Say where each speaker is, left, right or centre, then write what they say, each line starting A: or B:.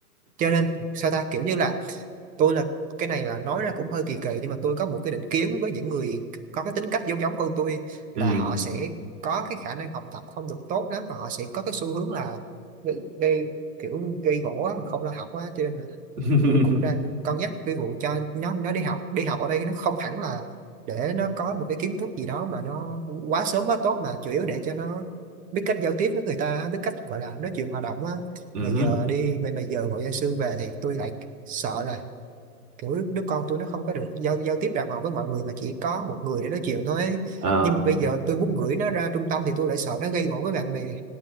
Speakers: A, on the right (about 20°); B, on the right (about 75°).
A: cho nên sao ta kiểu như là tôi là cái này là nói ra cũng hơi kỳ kỳ nhưng mà tôi có một cái định kiến với những người có cái tính cách giống giống con tôi là
B: ừ
A: họ sẽ có cái khả năng học tập không được tốt lắm và họ sẽ có cái xu hướng là gây, gây kiểu gây gổ á, mà không lo học á cho nên là
B: <laughs>
A: tôi cũng đang cân nhắc cái vụ cho nó nó đi học đi học ở đây nó không hẳn là để nó có một cái kiến thức gì đó mà nó quá sớm quá tốt mà chủ yếu để cho nó biết cách giao tiếp với người ta biết cách gọi là nói chuyện hòa đồng á
B: Ừ.
A: mà giờ đi mà, mà giờ gọi gia sư về thì tôi lại sợ là kiểu đứa con tôi nó không có được giao giao tiếp đàng hoàng với mọi người mà chỉ có một người để nói chuyện thôi ấy.
B: Ờ,
A: nhưng mà bây giờ tôi muốn gửi nó ra trung tâm thì tôi lại sợ nó gây gổ với bạn bè